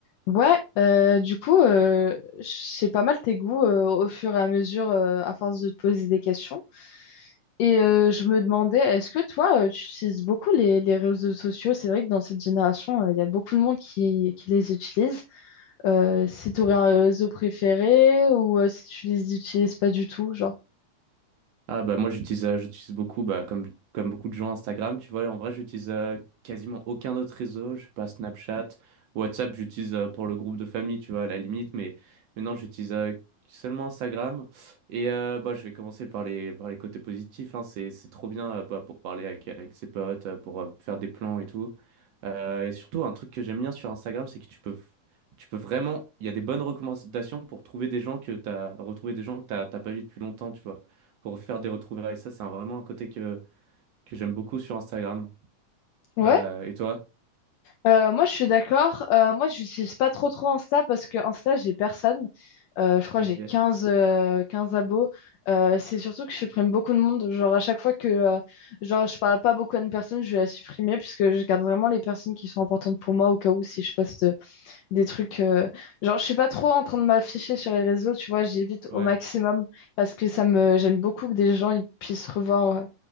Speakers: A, on the left; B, on the right.
A: Ouais, euh, du coup, euh, je sais pas mal tes goûts euh, au fur et à mesure, euh, à force de te poser des questions. Et euh, je me demandais, est-ce que toi, euh, tu utilises beaucoup les, les réseaux sociaux? C'est vrai que dans cette génération, euh, il y a beaucoup de monde qui, qui les utilise. Euh, si tu aurais un réseau préféré ou euh, si tu les utilises pas du tout, genre.
B: Ah bah moi j'utilise euh, j'utilise beaucoup bah comme comme beaucoup de gens Instagram tu vois en vrai j'utilise euh, quasiment aucun autre réseau je sais pas Snapchat WhatsApp j'utilise euh, pour le groupe de famille tu vois à la limite mais mais non j'utilise euh, seulement Instagram et euh, bah je vais commencer par les par les côtés positifs hein. c'est c'est trop bien euh, bah, pour parler avec avec ses potes euh, pour euh, faire des plans et tout Euh, et surtout un truc que j'aime bien sur Instagram c'est que tu peux tu peux vraiment il y a des bonnes recommandations pour trouver des gens que t'as retrouver des gens que t'as t'as pas vu depuis longtemps tu vois pour faire des retrouvailles. Ça, c'est un- vraiment un côté que, que j'aime beaucoup sur Instagram.
A: Ouais,
B: Euh, et toi?
A: Euh, moi je suis d'accord. Euh, moi, j'utilise pas trop trop Insta parce que Insta, j'ai personne. Euh, je crois
B: Ok.
A: que j'ai 15, euh, 15 abos. Euh, c'est surtout que je supprime beaucoup de monde. Genre, à chaque fois que euh, genre, je parle pas beaucoup à une personne, je vais la supprimer puisque je garde vraiment les personnes qui sont importantes pour moi au cas où si je poste euh, des trucs. euh, Genre, je suis pas trop en train de m'afficher sur les réseaux, tu vois, j'évite
B: Ouais.
A: au maximum parce que ça me gêne beaucoup que des gens ils puissent revoir